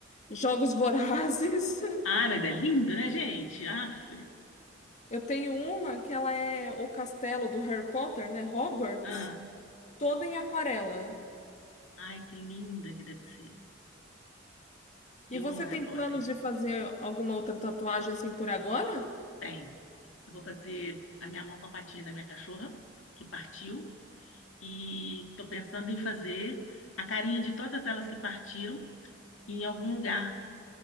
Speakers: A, on the left; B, on the left.
A: Jogos Vorazes. <laughs>
B: Ah, mas é lindo, né, gente? Aff.
A: Eu tenho uma que ela é o castelo do Harry Potter, né? Hogwarts,
B: Ah,
A: toda em aquarela.
B: ai, que linda que deve ser.
A: E
B: Eu
A: você
B: amo Harry
A: tem
B: Potter.
A: planos de fazer alguma outra tatuagem assim por agora?
B: Tem. Eu Vou fazer a minha mão com a patinha da minha cachorra, que partiu. E tô pensando em fazer a carinha de todas elas que partiram em algum lugar